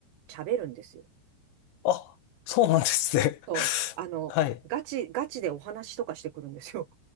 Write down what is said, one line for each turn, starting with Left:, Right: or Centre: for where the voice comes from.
Right: 喋るんですよ。
Left: あ、そうなんですね。
Right: そう、
Left: <laughs>
Right: あの、
Left: はい。
Right: ガチ、ガチでお話とかしてくるんですよ。